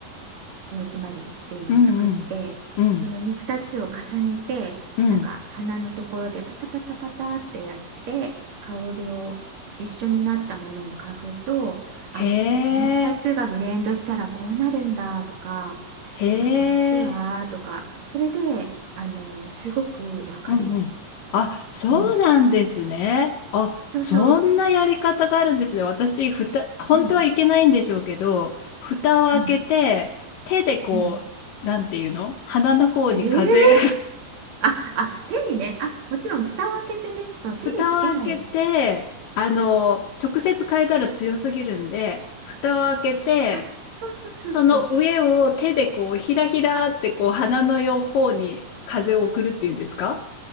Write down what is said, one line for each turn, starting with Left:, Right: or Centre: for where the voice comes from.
Right: ローズマリーっていうのを作って、
Left: うん。うんうん。うん
Right: そのに2つを重ねてなんか花のところでパタパタパタってやって香りを一緒になったものを嗅ぐと、
Left: うん。へえ。
Right: あ、この2つがブレンドしたらこうなるんだとか。
Left: へ
Right: じゃあこっちはとかそれであのすごくわかるよ。
Left: え。うんうん。あ、そうなんですね。
Right: うん、
Left: あ、
Right: そうそう
Left: そんなやり方があるんですね。私、ふた、本当はいけないんでしょうけど、
Right: うん
Left: 蓋を開けて、
Right: うん
Left: 手でこう、
Right: うん
Left: なんていうの鼻の方に風
Right: ええああ手にねあもちろん蓋を開けてねその手につけない
Left: 蓋を開けて、あの、直接変えたら強すぎるんで、蓋を開けて、
Right: あそうそうそうそう
Left: その上を手でこう、ひらひらってこう、鼻の両方に風を送るっていうんですか